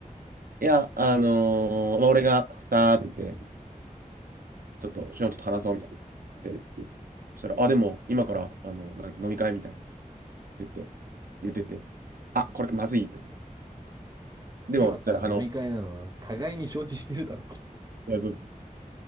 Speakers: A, on the right; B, on the right.
A: いや、あのーまあ、俺がさーって言って、ちょっと、しのちょっと話そう、みたいな。って、そしたら、あ、でも、今から、あの、なんだっけ、飲み会みたいな。言って、言ってて、あ、これまずいと思う。でも、
B: 今から飲み会なのは互いに承知してるだろ
A: そしたら、あの、いやそうそう